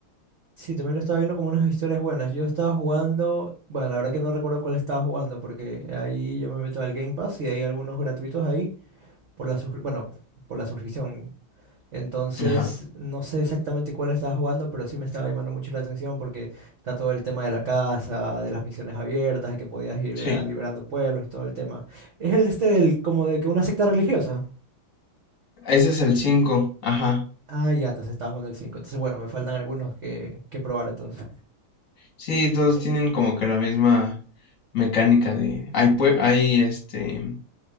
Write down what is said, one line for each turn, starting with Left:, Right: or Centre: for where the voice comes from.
Right: Sí, también lo estaba viendo como unas historias buenas. Yo estaba jugando, bueno, la verdad que no recuerdo cuál estaba jugando porque ahí yo me meto al Game Pass y hay algunos gratuitos ahí por la suscri- bueno, por la suscripción. Entonces,
Left: Ajá.
Right: no sé exactamente cuál estaba jugando, pero sí me estaba llamando mucho la atención porque está todo el tema de la casa, de las misiones abiertas, y que podías ir
Left: Sí.
Right: ah, liberando pueblos y todo el tema. Es el este del como de que una secta religiosa.
Left: Ese es el cinco Ajá.
Right: Ah, ya, entonces estaba jugando el 5. Entonces, bueno, me faltan algunos que, que probar entonces.
Left: Sí, todos tienen como que la misma mecánica de... Hay, pue- hay este,